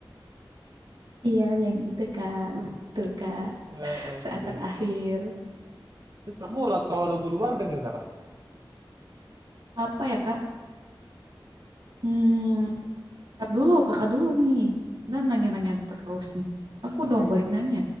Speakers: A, on the right (about 70°); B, on the right (about 50°).
A: Iya, yang itu Kak. Betul Kak.
B: Eh, eh,
A: Saat
B: itu
A: terakhir.
B: terus kamu lah kalau lagu luar dengerin apa
A: Apa ya Kak? Hmm, ntar dulu, Kakak dulu nih. Dan nanya-nanya terus nih. Aku
B: oh
A: dong
B: iya
A: balik nanya.